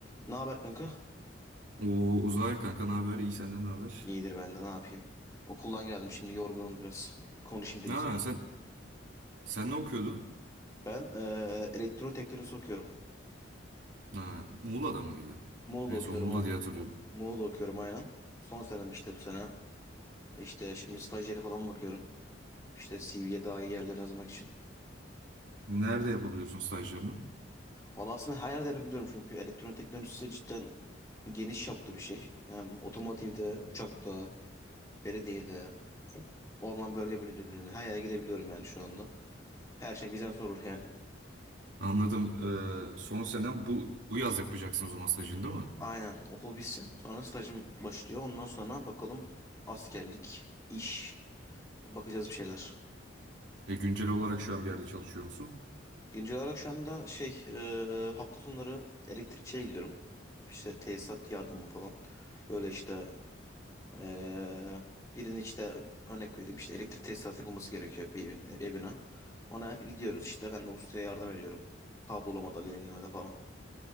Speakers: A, on the left; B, on the right.
A: Ne haber kanka?
B: Oo Uzay kanka ne haber? İyi senden ne haber?
A: İyidir ben de ne yapayım. Okuldan geldim şimdi yorgunum biraz. Bir konuşayım dedim
B: Ha
A: sana.
B: sen sen ne okuyordun?
A: Ben eee elektronik teknolojisi okuyorum.
B: Ha Muğla'da mıydı?
A: Muğla'da
B: En
A: okuyorum
B: son Muğla
A: ha.
B: diye hatırlıyorum.
A: Mu- Muğla'da okuyorum aynen. Son senem işte bu sene. İşte şimdi stajyeri falan bakıyorum. İşte CV'ye daha iyi yerler yazmak için.
B: Nerede yapabiliyorsun stajlarını?
A: Valla aslında her yerde yapabiliyorum çünkü elektronik teknolojisi cidden geniş çaplı bir şey. Hem otomotivde, uçakta, belediyede, orman bölge müdürlüğünde her yere gidebiliyorum yani şu anda. Her şey bizden sorulur yani.
B: Anladım. Ee, son senen bu bu yaz yapacaksın o zaman stajını değil mi?
A: Aynen okul bitsin. Sonra stajım başlıyor. Ondan sonra bakalım askerlik, iş. Bakacağız bir şeyler.
B: Ve güncel olarak şu an bir yerde çalışıyor musun?
A: Güncel olarak şu anda şey e, hafta sonları elektrikçiye gidiyorum. İşte tesisat yardımı falan. Böyle işte e, birinin işte örnek vereyim işte elektrik tesisatı yapılması gerekiyor bir evin, evine. Ona gidiyoruz işte. Ben de ustaya yardım ediyorum. Kablolamada, lehimlemede falan.